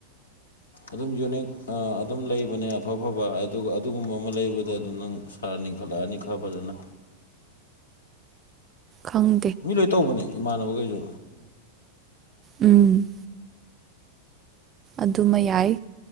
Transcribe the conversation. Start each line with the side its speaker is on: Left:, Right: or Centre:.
Left: ꯑꯗꯨꯝ ꯌꯨꯅꯤꯛ ꯑꯗꯨꯝ ꯂꯩꯕꯅꯦ ꯑꯐ ꯑꯐꯕ ꯑꯗꯨꯒ ꯑꯗꯨꯒꯨꯝꯕ ꯑꯃ ꯂꯩꯕꯗ ꯑꯗꯨꯝ ꯅꯪ ꯊꯔꯅꯤ ꯈꯠꯂꯛꯑꯅꯤ ꯈꯔ ꯐꯖꯅ
Right: ꯈꯪ
Left: ꯃꯤ ꯂꯣꯏ ꯇꯧꯕꯅꯦ ꯏꯃꯥꯟꯅꯕꯈꯩꯁꯨ
Right: ꯎꯝ ꯑꯗꯨꯃ ꯌꯥꯏ